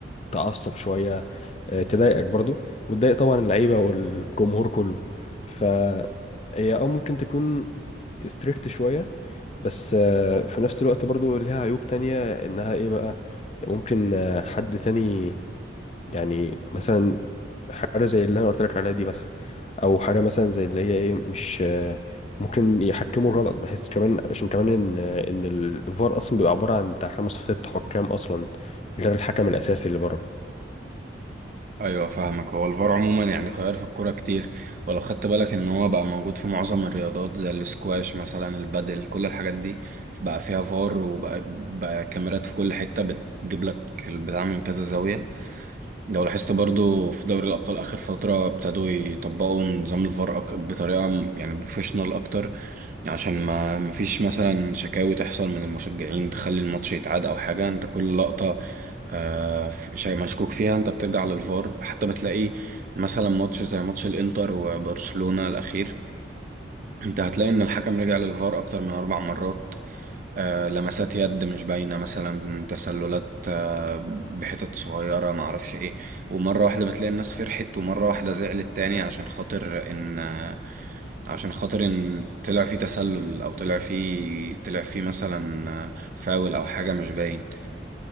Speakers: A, on the left; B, on the right.
A: تعصب شويه آه، تضايقك برضو وتضايق طبعا اللعيبه والجمهور كله فهي اه ممكن تكون ستريكت شويه بس آه، في نفس الوقت برضو ليها عيوب تانية انها ايه بقى ممكن آه، حد تاني يعني مثلا حاجه زي اللي انا قلت لك عليها دي مثلا او حاجه مثلا زي اللي هي ايه مش آه، ممكن يحكموا الغلط بحيث كمان عشان كمان ان آه، ان الفار اصلا بيبقى عباره عن بتاع خمس ست حكام اصلا غير الحكم الاساسي اللي بره
B: ايوه فاهمك هو الفار عموما يعني غير في الكوره كتير ولو خدت بالك ان هو بقى موجود في معظم الرياضات زي الاسكواش مثلا البادل كل الحاجات دي بقى فيها فار وبقى بقى كاميرات في كل حته بتجيب لك البتاع من كذا زاويه لو لاحظت برضو في دوري الابطال اخر فتره ابتدوا يطبقوا نظام الفار أك... بطريقه م- يعني بروفيشنال اكتر عشان ما ما فيش مثلا شكاوي تحصل من المشجعين تخلي الماتش يتعاد او حاجه انت كل لقطه آه في- شيء مشكوك فيها انت بترجع للفار حتى بتلاقي مثلا ماتش زي ماتش الانتر وبرشلونه الاخير انت هتلاقي ان الحكم رجع للفار اكتر من اربع مرات آه، لمسات يد مش باينة مثلا تسللات آه، بحتت صغيرة معرفش ايه ومرة واحدة بتلاقي الناس فرحت ومرة واحدة زعلت تاني عشان خاطر ان آه، عشان خاطر ان طلع فيه تسلل او طلع فيه طلع فيه مثلا آه، فاول او حاجة مش باين